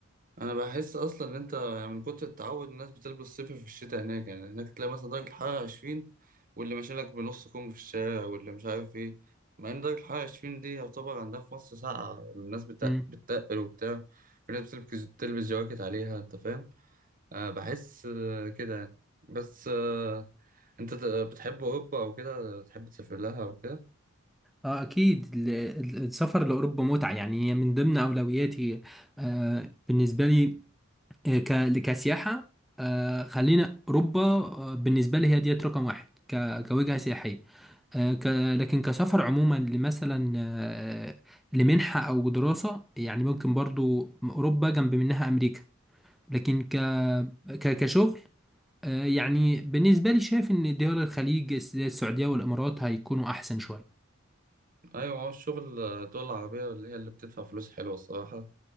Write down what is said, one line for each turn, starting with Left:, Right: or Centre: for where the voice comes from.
Right: انا بحس اصلا ان انت يعني من كتر التعود الناس بتلبس صيفي في الشتاء هناك يعني هناك تلاقي مثلا درجه الحراره 20 واللي ماشي لك بنص كم في الشارع واللي مش عارف ايه مع ان درجه الحراره 20 دي يعتبر عندها في مصر ساقعه الناس بت-
Centre: مم.
Right: بتتقل وبتاع في ناس بتلبس بتلبس جواكت عليها انت فاهم أه بحس آه، كده يعني بس أه انت ت- بتحب اوروبا او كده تحب تسافر لها او كده
Centre: اه أكيد ال- ال- السفر لأوروبا متعة يعني هي من ضمن أولوياتي آه بالنسبة لي آه، ك- كسياحة آه خلينا أوروبا آه بالنسبة لي هي ديت رقم واحد ك- كوجهة سياحية آه ك لكن كسفر عموما لمثلا آه لمنحة أو دراسة يعني ممكن برضو أوروبا جنب منها أمريكا لكن ك...
Right: مم.
Centre: ك... كشغل آه، يعني بالنسبة لي شايف إن دول الخليج زي السعودية والإمارات هيكونوا أحسن شوية
Right: ايوه هو الشغل آه، الدول العربيه اللي هي اللي بتدفع فلوس حلوه الصراحه